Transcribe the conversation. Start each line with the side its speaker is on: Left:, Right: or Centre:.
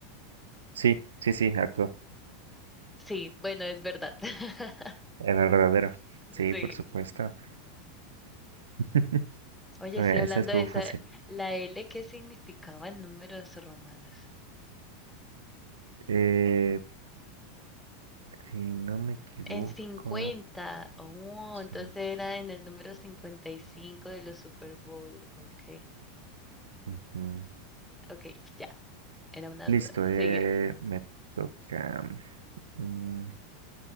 Right: sí, sí, sí, actuó.
Centre: Sí, bueno, es verdad. <laughs>
Right: El verdadero. Sí,
Centre: Sí.
Right: por supuesto. <laughs>
Centre: Oye,
Right: Eh,
Centre: sí, hablando
Right: Esa estuvo
Centre: de esa,
Right: fácil.
Centre: la L, ¿qué significaba en números romanos?
Right: Eh, si no me equivoco.
Centre: En 50. Oh,
Right: sí,
Centre: entonces era en el número 55 de los Super Bowl. Ok,
Right: ujú.
Centre: ok, ya. Era una
Right: Listo,
Centre: duda.
Right: eh,
Centre: Sigue.
Right: me toca. mm,